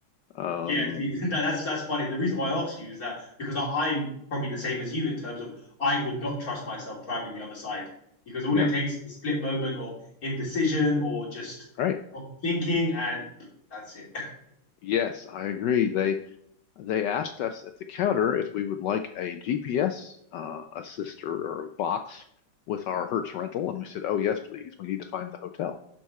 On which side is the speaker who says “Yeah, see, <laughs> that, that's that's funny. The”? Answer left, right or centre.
Left